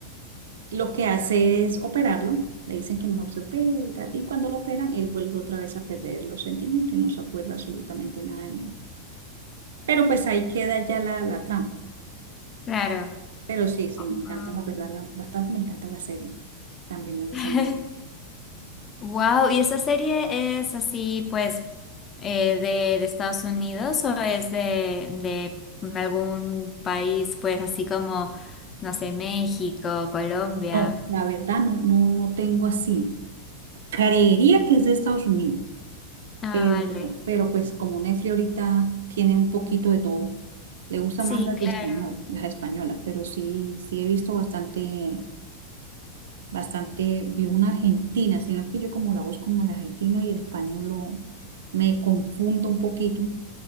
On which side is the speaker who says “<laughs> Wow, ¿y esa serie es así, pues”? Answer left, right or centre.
Left